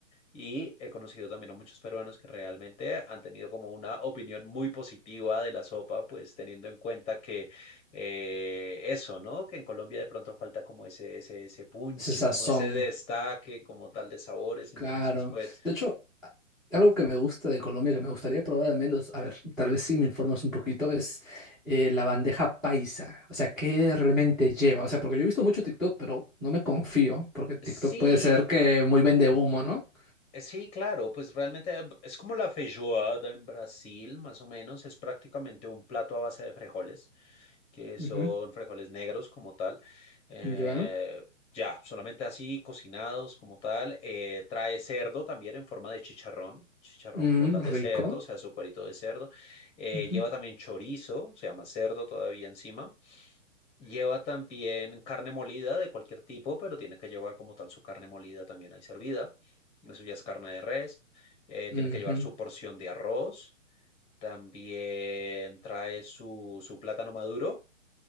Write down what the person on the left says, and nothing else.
Y he conocido también a muchos peruanos que realmente han tenido como una opinión muy positiva de la sopa, pues teniendo en cuenta que eh, eso, ¿no? Que en Colombia de pronto falta como ese, ese, ese punche,
como ese destaque, como tal de sabores. Entonces,
pues
sí,
Eh, Sí, claro, pues realmente eh, es como la feijoada en Brasil, más o menos, es prácticamente un plato a base de frijoles, que son
frijoles negros como tal, eh,
ya, solamente así cocinados como tal, eh, trae cerdo también en forma de chicharrón, chicharrón
como tal
de cerdo, o sea, su cuerito de cerdo, eh,
lleva también chorizo, se llama cerdo todavía encima. Lleva también carne molida de cualquier tipo, pero tiene que llevar como tal su carne molida también ahí servida. Eso ya es carne de res. Eh,
tiene que llevar su porción de arroz. También trae su, su plátano maduro